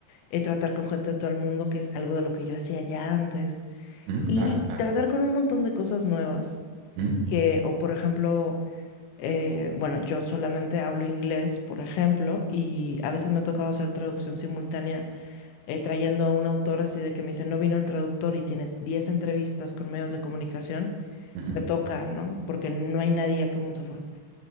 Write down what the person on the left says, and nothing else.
eh, tratar con gente de todo el mundo, que es algo de lo que yo hacía ya antes,
y
tratar con un montón de cosas nuevas,
que, o por ejemplo, eh, bueno, yo solamente hablo inglés, por ejemplo, y a veces me ha tocado hacer traducción simultánea eh, trayendo a un autor así de que me dice, no vino el traductor y tiene 10 entrevistas con medios de comunicación,
te toca, ¿no? Porque no hay nadie, ya todo el mundo se fue.